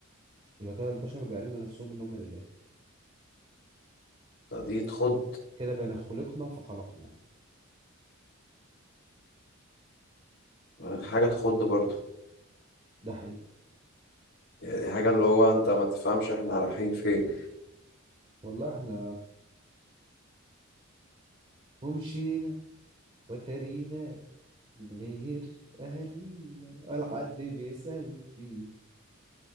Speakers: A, on the right; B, on the left.
A: يبقى كده البشر بيعلنوا نفسهم ان هم الاله
B: دي تخد
A: كده بين خلقنا فخلقنا
B: حاجة تخد برضه
A: ده حقيقي
B: يعني حاجة اللي هو انت ما تفهمش احنا رايحين فين
A: والله احنا ومشينا وترينا من غير اهالينا ولا حد بيسأل فينا